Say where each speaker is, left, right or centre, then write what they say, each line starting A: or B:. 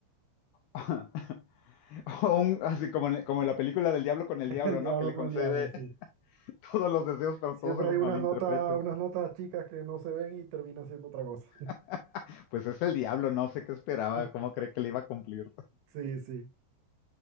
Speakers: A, on the left; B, on the right.
A: <laughs> O un, así como en, como en la película del diablo con el
B: <laughs>
A: diablo,
B: El diablo
A: ¿no? Que le
B: con
A: concede
B: el diablo, sí.
A: <laughs> todos los deseos, pero
B: Siempre
A: todos se los
B: hay unas
A: malinterpreta.
B: notas, unas notas chicas que no se ven y termina siendo otra cosa.
A: <laughs> Pues es el diablo, no sé qué esperaba,
B: <laughs>
A: cómo cree que le iba a cumplir.
B: Sí, sí. <laughs>